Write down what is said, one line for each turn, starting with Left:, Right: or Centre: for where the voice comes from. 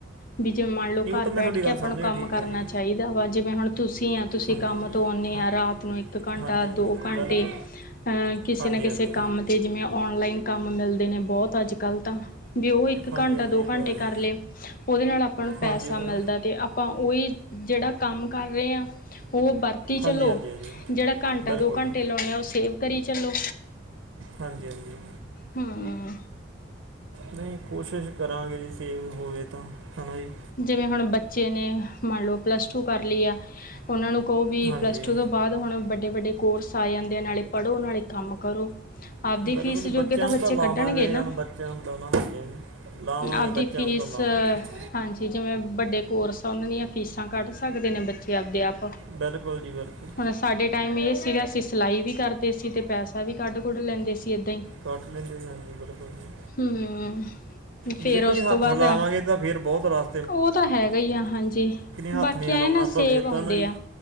Left: ਵੀ ਜੇਂ ਮੰਨ ਲਓ
Right: ਨਹੀਂ
Left: ਘਰ
Right: ਉਹ ਤਾਂ ਮੈਂ
Left: ਬੈਠ
Right: ਤੁਹਾਡੀ
Left: ਕੇ
Right: ਗੱਲ
Left: ਆਪਾਂ
Right: ਸਮਝ
Left: ਨੂੰ
Right: ਗਿਆ
Left: ਕੰਮ
Right: ਠੀਕ
Left: ਕਰਨਾ
Right: ਆ ਜੀ
Left: ਚਾਹੀਦਾ ਵਾ ਜਿਵੇਂ ਹੁਣ ਤੁਸੀਂ ਆ ਤੁਸੀਂ
Right: ਹਾਂਜੀ
Left: ਕੰਮ ਤੋਂ ਆਉਂਦੇ
Right: ਹਾਂ
Left: ਆ ਰਾਤ ਨੂੰ ਇੱਕ ਘੰਟਾ
Right: ਹਾਂਜੀ ਹਾਂਜੀ
Left: ਦੋ ਘੰਟੇ
Right: ਬਿਲਕੁਲ
Left: ਅਹ ਕਿਸੇ
Right: ਹਾਂਜੀ
Left: ਨਾ ਕਿਸੇ
Right: ਹਾਂਜੀ
Left: ਕੰਮ ਤੇ ਜਿਵੇਂ ਔਨਲਾਈਨ ਕੰਮ ਮਿਲਦੇ ਨੇ, ਬਹੁਤ ਅੱਜ ਕੱਲ੍ਹ ਤਾਂ ਵੀ ਉਹ ਇੱਕ
Right: ਹਾਂਜੀ
Left: ਘੰਟਾ
Right: ਹਾਂਜੀ
Left: ਦੋ
Right: ਇਹ ਤਾਂ
Left: ਘੰਟੇ
Right: ਗੱਲ
Left: ਕਰ
Right: ਜੀ।
Left: ਲਏ ਉਹਦੇ ਨਾਲ ਆਪਾਂ ਨੂੰ ਪੈਸਾ
Right: ਹਾਂਜੀ ਉਹ ਤਾਂ
Left: ਮਿਲਦਾ ਤੇ ਆਪਾਂ ਉਹੀ ਜਿਹੜਾ ਕੰਮ ਕਰ ਰਹੇ ਹਾਂ ਉਹ ਵਰਤ ਕਿ
Right: ਹਾਂਜੀ
Left: ਚਲੋ
Right: ਹਾਂਜੀ ਹਾਂਜੀ
Left: ਜਿਹੜਾ ਘੰਟਾ
Right: ਬਿਲਕੁਲ
Left: ਦੋ ਘੰਟੇ
Right: ਜੀ
Left: ਲਾਉਣੇ ਸੇਵ ਕਰੀ ਚੱਲੋ,
Right: ਹਾਂਜੀ ਹਾਂਜੀ
Left: ਹੂੰ
Right: ਨਹੀਂ ਕੋਸ਼ਿਸ਼ ਕਰਾਂਗੇ ਜੀ,, ਸੇਵ ਹੋਵੇ ਤਾਂ ਹੈ ਨਾ ਜੀ
Left: ਜਿਵੇਂ ਹੁਣ ਬੱਚੇ ਨੇ ਮੰਨ ਲਓ ਪਲੱਸ ਟੂ ਕਰ ਲਈ ਹੈ ਉਹਨਾਂ ਨੂੰ ਕਹੋ ਵੀ
Right: ਹਾਂਜੀ
Left: ਪਲੱਸ ਟੂ ਤੋਂ ਬਾਅਦ ਹੁਣ ਵੱਡੇ ਵੱਡੇ ਕੋਰਸ ਆ ਜਾਂਦੇ ਆ ਨਾਲੇ ਪੜ੍ਹੋ ਨਾਲੇ ਕੰਮ ਕਰੋ ਆਪਦੀ
Right: ਬਿਲਕੁਲ
Left: ਫੀਸ
Right: ਜੀ, ਬੱਚਿਆਂ
Left: ਜੋਗੇ
Right: ਨੂੰ
Left: ਬੱਚੇ
Right: ਤਾਂ ਲਾਵਾਂਗੇ
Left: ਕੱਢਣਗੇ
Right: ਹੀ
Left: ਨਾ
Right: ਹੁਣ ਬੱਚਿਆਂ ਨੂੰ ਤਾਂ ਨਾ ਹੋਗੇ ਲਾਵਾਂਗੇ
Left: ਆਪਦੀ
Right: ਬੱਚਿਆਂ
Left: ਫੀਸ
Right: ਨੂੰ ਤਾਂ, ਲਾਵਾਂਗੇ ਜ
Left: ਹਾਂਜੀ ਜਿਵੇਂ ਵੱਡੇ ਕੋਰਸ ਆ ਉਹਨਾਂ ਦੀਆਂ ਫੀਸਾਂ ਕੱਢ ਸਕਦੇ ਨੇ ਬੱਚੇ ਆਪਦੇ ਆਪ
Right: ਬਿਲਕੁਲ ਜੀ, ਬਿਲਕੁਲ
Left: ਹੁਣ ਸਾਡੇ ਟਾਈਮ ਇਹ ਸੀਗਾ ਅਸੀਂ, ਸਿਲਾਈ ਵੀ ਕਰਦੇ ਸੀ ਅਤੇ ਪੈਸਾ ਵੀ ਕੱਢ ਕੁੱਢ ਲੈਂਦੇ ਸੀ ਇੱਦਾਂ ਹੀ
Right: ਕੱਢ ਲੈਦੇ ਸੀ ਹਾਂ ਜੀ ਬਿਲਕੁਲ ਜੀ
Left: ਹੂੰ ਫਿਰ
Right: ਵੀ ਦੇਖੋ
Left: ਉਸ
Right: ਜੀ ਹੱਥ
Left: ਤੋਂ ਬਾਅਦ
Right: ਹਿਲਾਵਾਂਗੇ ਤਾਂ ਫੇਰ ਬਹੁਤ ਰਸ
Left: ਉਹ ਤਾਂ ਹੈਗਾ ਹੀ ਆ ਹਾਂਜੀ,
Right: ਹੱਥ
Left: ਬਾਕੀ
Right: ਨਹੀਂ ਹਿਲਾਉਣਾ
Left: ਆਏ ਨਾ
Right: ਆਪਾਂ
Left: ਸੇਬ
Right: ਫਿਰ
Left: ਆਉਂਦੇ
Right: ਤਾਂ ਨਾ ਜੀ
Left: ਆ।